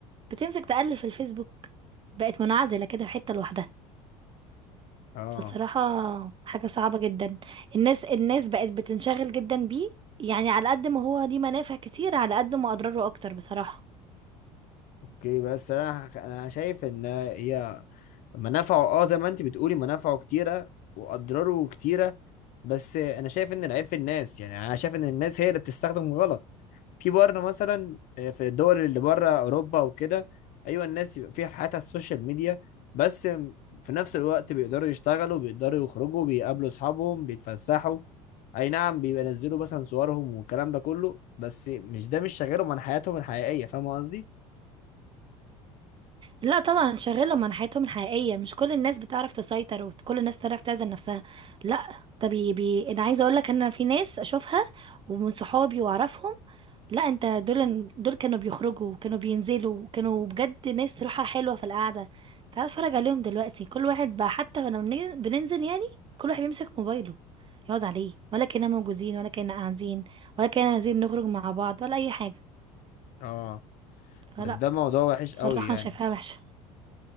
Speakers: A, on the right; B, on the left.
A: بتمسك تقلب في الفيسبوك بقت منعزلة كده في حتة لوحدها
B: اه
A: بصراحة حاجة صعبة جدا الناس الناس بقت بتنشغل جدا بيه يعني على قد ما هو ليه منافع كتير على قد ما أضراره أكتر بصراحة
B: اوكي بس انا ح- انا شايف ان هي منافعه اه زي ما انت بتقولي منافعه كتيرة واضراره كتيرة بس انا شايف ان العيب في الناس يعني انا شايف ان الناس هي اللي بتستخدم غلط في بره مثلا آه، في الدول اللي بره اوروبا وكده ايوه الناس يبقى فيها في حياتها السوشيال ميديا بس في نفس الوقت بيقدروا يشتغلوا بيقدروا يخرجوا بيقابلوا اصحابهم بيتفسحوا اي نعم بيبقى ينزلوا مثلا صورهم والكلام ده كله بس مش ده مش شغالهم عن حياتهم الحقيقية فاهم قصدي؟
A: لا طبعا شغالة من حياتهم الحقيقية مش كل الناس بتعرف تسيطر وكل الناس تعرف تعزل نفسها لا طب بي... بي انا عايزة اقول لك ان في ناس اشوفها ومن صحابي واعرفهم لا انت دول دول كانوا بيخرجوا وكانوا بينزلوا وكانوا بجد ناس روحها حلوة في القعدة تعال اتفرج عليهم دلوقتي كل واحد بقى حتى لما بن- بننزل يعني كل واحد بيمسك موبايله يقعد عليه ولا كنا موجودين ولا كنا قاعدين ولا كنا عايزين نخرج مع بعض ولا اي حاجة
B: اه
A: فلا
B: بس ده موضوع وحش
A: بصراحة
B: قوي يعني
A: انا شايفاها وحشة